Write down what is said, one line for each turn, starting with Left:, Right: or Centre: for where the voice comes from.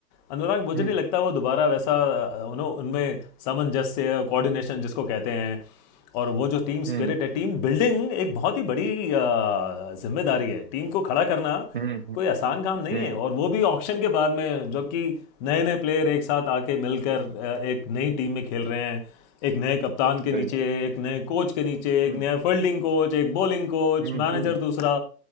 Left: अनुराग मुझे
Right: हम्म
Left: नहीं लगता वो दोबारा वैसा अ, उन्हों- उनमें सामंजस्य कोऑर्डिनेशन जिसको कहते हैं और वो जो टीम
Right: हम्म
Left: स्पिरिट है टीम बिल्डिंग एक बहुत ही बड़ी अ, जिम्मेदारी है टीम को खड़ा करना
Right: हम्म हम्म
Left: कोई आसान काम नहीं
Right: हम्म,
Left: है और वो भी ऑक्शन के बाद में जबकि नए नए प्लेयर एक साथ आके मिलकर अ, एक नई टीम में खेल रहे हैं एक नए कप्तान के
Right: सही
Left: नीचे
Right: बात
Left: एक नए कोच के नीचे
Right: हम्म
Left: एक नया फील्डिंग कोच एक बॉलिंग कोच
Right: हम्म
Left: मैनेजर
Right: हम्म
Left: दूसरा